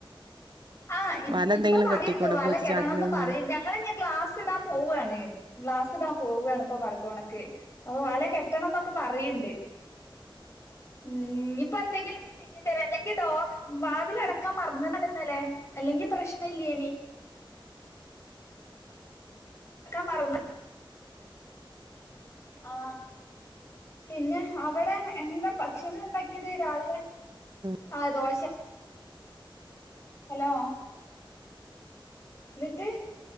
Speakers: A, on the left (about 30°); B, on the right (about 55°).
A: ആ
B: വല
A: ഇപ്പൊ
B: എന്തെങ്കിലും
A: പറയുണ്ട്
B: കെട്ടിക്കൂടെ
A: വല
B: പൂച്ച
A: കെട്ടണൊന്ന്
B: ചാടണേന്
A: പറയണ്ട് ഞങ്ങളിനി ഗ്ലാസ് ഇടാൻ പോവാണ് ഗ്ലാസ് ഇടാൻ പോവാണ് ഉപ്പ പറ ണക്ക് ഓ വല കെട്ടണം എന്നൊക്കെ പറയുണ്ട് ഉം ഇപ്പൊ എന്തെങ്കിലുമൊക്കെ ചെയ്യേണ്ടി അല്ലെങ്കിൽ ഡോർ വാതിൽ അടക്കാൻ മറന്നേക്കണ് ഇന്നലെ അല്ലെങ്കിൽ പ്രശ്നം ഇല്ലേന്ന് അടക്കാൻ മറന്ന് ആ പിന്നെ അവിടെ എന്താ ഭക്ഷണം ഉണ്ടാക്കിയത് രാവിലെ
B: ഉം
A: ആ ദോ <unintelligible> ഹലോ എന്നിട്ട്